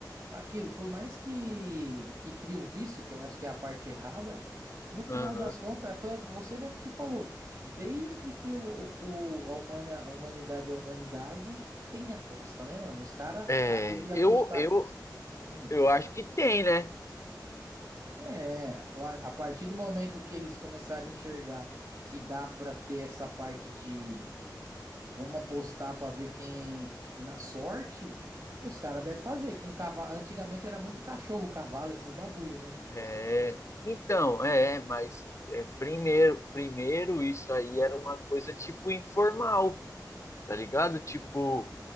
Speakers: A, on the right; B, on the left.
A: aquilo, por mais que, que crie o vício, que eu acho que é a parte errada, no final
B: Aham.
A: das contas, foi você mesmo que falou. Desde que o, o- a humana- a humanidade é a humanidade, tem aposta, né, mano? Os caras
B: é,
A: deviam
B: eu,
A: apostar.
B: eu,
A: Hum,
B: eu acho que tem, né?
A: é, a, a partir do momento que eles começarem a enxergar que dá pra ter essa parte de vamos apostar pra ver quem na sorte, os caras devem fazer com cavalo. Antigamente era muito cachorro, cavalo, esses bagulho, né?
B: É, então, é, mas é, primeiro, primeiro isso aí era uma coisa tipo informal, tá ligado? Tipo,